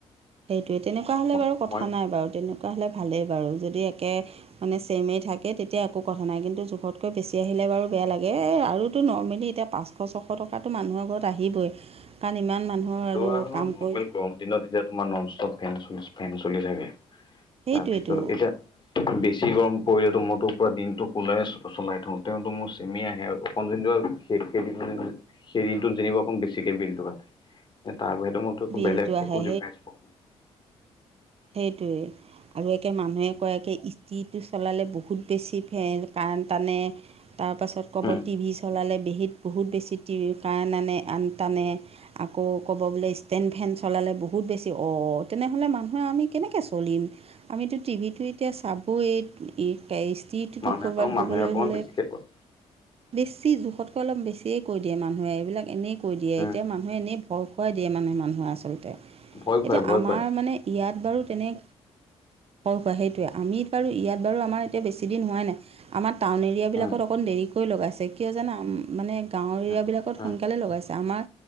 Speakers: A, on the right; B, on the left.
A: সেইটোৱে তেনেকুৱা হ'লে
B: মই
A: বাৰু কথা
B: মই
A: নাই বাৰু তেনেকুৱা হ'লে ভালেই বাৰু যদি একে মানে চেমে থাকে তেতিয়া একো কথা নাই কিন্তু জোখতকৈ বেছি আহিলে বাৰু বেয়া লাগে এ আৰুতো নৰ্মেলি এতিয়া পা পাঁচশ ছশ টকাটো মানুহৰ ঘৰত আহিবই কাৰণ ইমান মানুহৰ
B: সেইটো
A: আৰু
B: নৰ্মেল
A: কাম কৰি
B: গৰম দিনত এতিয়া তোমাৰ নন ষ্টপ ফেন চ ফেন চলি থাকে
A: সেইটোৱেতো
B: তাৰপিছত এতিয়া বেছি গৰম পৰিলে তো মই তোৰ পুৰা দিনটো কুলাৰে চলাই থও তেওঁতো মোৰ চেমে আহে আৰু অকণ যোনটো সেই সেই সেই দিনটোত যেনিবা অকণ বেছিকে বিলটো কাটে। এ তাৰ বাহিৰেটো মইতো একো
A: বিলটো
B: বেলেগ
A: আহে
B: একো ডিফাৰেন্ঞ্চ পোৱা নাই।
A: সেইটোৱেই আৰু একে মানুহে কয়ে ইষ্টিটো চলালে বহুত বেছি ফেন কাৰেণ্ট টানে। তাৰপাছত ক'ব
B: উম,
A: টিভি চলালে বেহীত বহুত বেছি টিভি কাৰেণ্ট আনে আন টানে। আকৌ ক'ব বোলে ষ্টেণ্ড ফেন চলালে বহুত বেছি অ তেনেহ'লে মানুহ নহয় আমি কেনেকৈ চলিম, আমিতো টিভিটো এতিয়া চাবই। ই পাই স্ত্ৰীটোতটো
B: মানুহে
A: ক'ৰবাত
B: কওঁ মানুহে
A: ক'বলৈ
B: অকমান
A: হ'লে
B: বেছিকে কয়।
A: বেছি জোখতকৈ অলপ বেছিয়ে কৈ দিয়ে মানুহে এইবিলাক এনেই কৈ দিয়ে
B: উম,
A: এতিয়া মানুহে এনে ভয় খুৱাই দিয়ে মানে মানুহে আচলতে
B: ভয় খুৱাই
A: এতিয়া
B: ভয়
A: আমাৰ
B: খুৱাই।
A: মানে ইয়াত বাৰু তেনে ভয় খোৱাই সেইটোৱে আমি বাৰু ইয়াত বাৰু আমাৰ এতিয়া বেছি দিন হোৱাই নাই। আমাৰ টাউন এৰিয়াবিলাকত
B: উম,
A: অকণ দেৰিকৈ লগাইছে কিয় জানা মানে গাঁৱৰ এৰিয়াবিলাকত
B: উম, উম,
A: সোনকালে লগাইছে আমাৰ